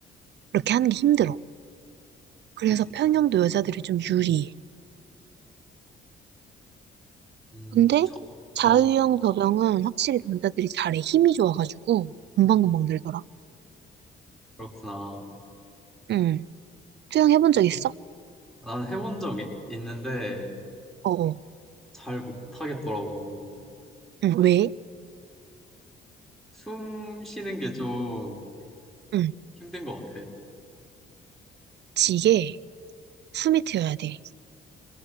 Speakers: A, on the right; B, in the centre.
A: 이렇게 하는 게 힘들어. 그래서
B: 그렇구나.
A: 평형도 여자들이 좀 유리해.
B: 음,
A: 근데
B: 저,
A: 자유형,
B: 어,
A: 접영은 확실히 남자들이 잘해. 힘이 좋아가지고 금방금방 늘더라.
B: 그렇구나.
A: 응. 수영 해본 적 있어?
B: 난 해본 적이 있는데
A: 어어.
B: 잘 못하겠더라고.
A: 응. 왜?
B: 숨 쉬는 게 좀
A: 응.
B: 힘든 것 같아.
A: 지게 숨이 트여야 돼.